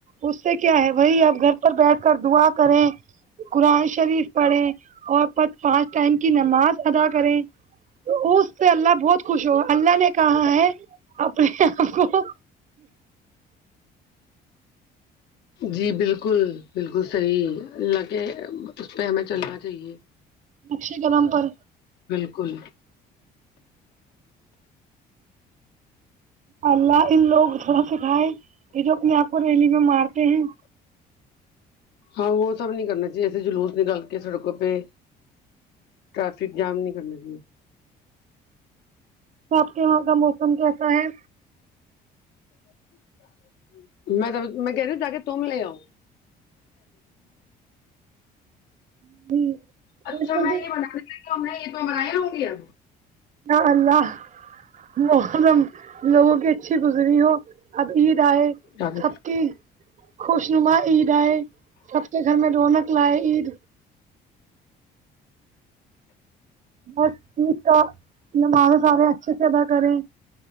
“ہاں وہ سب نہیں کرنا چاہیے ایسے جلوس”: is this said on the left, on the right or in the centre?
Left